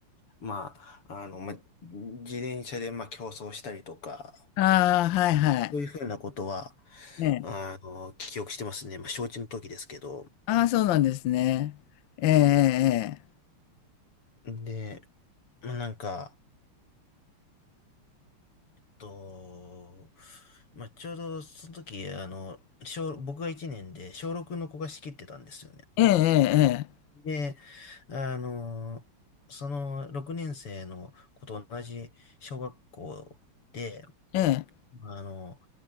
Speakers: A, on the left; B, on the left.
A: まあ、あの、まあ、自転車で、まあ、競争したりとか、
B: ああ、はいはい。
A: そういうふうなことは、
B: ええ、
A: あの、記憶してますね。まあ、承知の時ですけど。
B: ああ、そうなんですね。ええ、
A: で、まあ、なんか、と、まあ、ちょうどその時、あの、小、僕が1年で小6の子が仕切ってたんですよね。
B: ええ、ええ、
A: で、あの、その6年生の子と同じ小学校で、
B: ええ、ええ、
A: まあの、